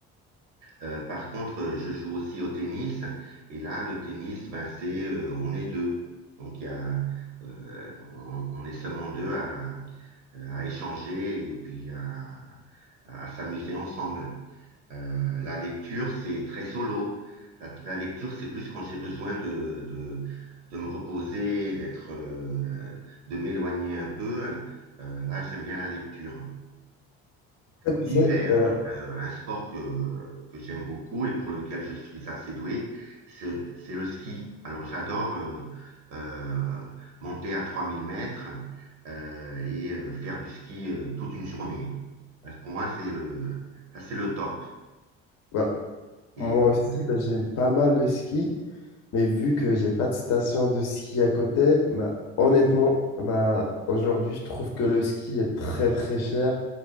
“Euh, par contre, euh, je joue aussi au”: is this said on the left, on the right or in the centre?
Right